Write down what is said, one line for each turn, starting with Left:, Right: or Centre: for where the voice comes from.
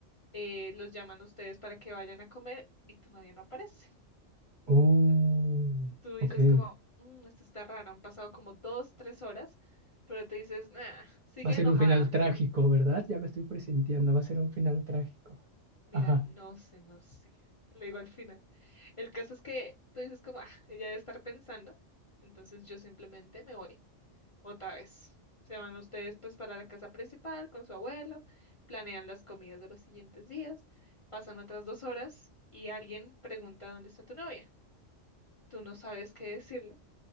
Left: eh, los llaman a ustedes para que vayan a comer y tu novia no aparece.
Right: Oh,
Left: Tú tú dices
Right: ok.
Left: como, "Mm, esto está raro, han pasado como dos, tres horas, pero te dices, nah, sigue
Right: Va a
Left: enojada.
Right: ser un final trágico, ¿verdad? Ya lo estoy presintiendo, va a ser un final trágico.
Left: Mira,
Right: Ajá.
Left: no sé, no sé. <laughs> Te Lo digo al final. El caso es que tú dices como, ah, ella debe estar pensando, entonces yo simplemente me voy otra vez. Se van ustedes pues para la casa principal con su abuelo, planean las comidas de los siguientes días, pasan otras dos horas y alguien pregunta dónde está tu novia. Tú no sabes qué decirle,